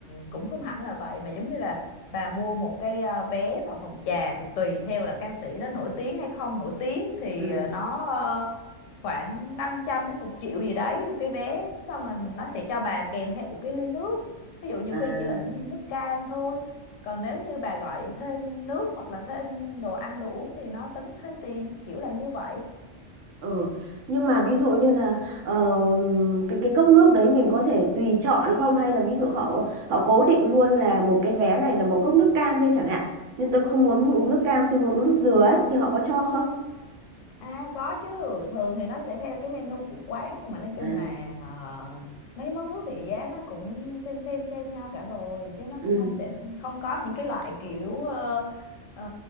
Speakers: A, on the left; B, on the right.
A: cũng không hẳn là vậy mà giống như là bà mua một cái à, vé vào phòng trà thì tùy theo là ca sĩ đó nổi tiếng hay không nổi tiếng thì
B: Ừ.
A: à, nó ờ, khoảng 500 đến một triệu gì đấy một cái vé xong rồi nó sẽ cho bà kèm theo một cái ly nước ví dụ nhiều
B: À,
A: khi chỉ là một ly nước cam thôi còn nếu như bà gọi thêm nước hoặc là thêm đồ ăn đồ uống thì nó tính thêm tiền kiểu là như vậy
B: ừ. Nhưng mà ví dụ như là ờ, cái cái cốc nước đấy mình có thể tùy chọn không hay là ví dụ họ họ cố định luôn là một cái vé này là một cốc nước cam thôi chẳng hạn. Nhưng tôi không muốn uống nước cam, tôi muốn uống nước dừa ấy thì họ có cho không?
A: À có chứ, thường thì nó sẽ theo cái menu của quán nhưng mà nói chung
B: À.
A: là ờ, mấy món nước thì giá nó cũng xem xem xem nhau cả rồi chứ nó
B: Ừ.
A: cũng không sẽ không có những cái loại kiểu ờ, ờ,